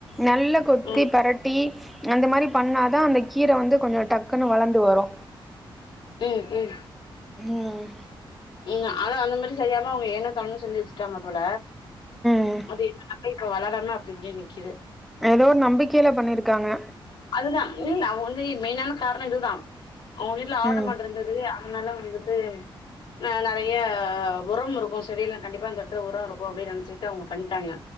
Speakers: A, in the centre; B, on the left (about 70°).
A: நல்ல கொத்தி
B: ம்
A: பெரட்டி அந்த மாரி பண்ணா தா அந்த கீர வந்து கொஞ்சோ டக்குனு வளந் ந்து வரு
B: ம் ம்
A: ம்
B: ம் அத அந்த மாரி செய்யாம அவுங்க ஏனோ தானோனு செஞ்சு வச்சுட்டாங்க போல
A: ம்
B: அது என்னனாக்க இப்ப வளரமா அப்டிங்கே நிக்குது
A: ஏதோ ஒர் நம்பிக்கையில பண்ணிருகாங்க
B: அதுதா இல்ல அவுங்க வந்து மெயினான காரணோ இதுதா அவுங்க வீட்ல ஆடு
A: ம்
B: மாட்றுந் ந்துது அதனால வந்துட்டு அ நெறைய உரம் இருக்கு செடியெல்லா கண்டிப்பா இந்த எடத்துல உர இருக்கு அப்டினு நெனச்சிட்டு அவுங்க பண்ணிட்டாங்க